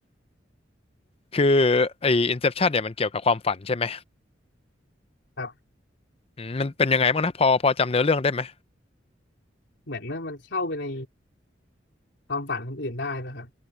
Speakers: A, on the left; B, on the left.
A: <laughs> คือไอ้ Inception เนี่ยมันเกี่ยวกับความฝันใช่ไหม
B: ครับ
A: อืมมันเป็นยังไงบ้างนะพอพอจำเนื้อเรื่องได้ไหม
B: เหมือนว่ามันเข้าไปในความฝันคนอื่นได้นะครับ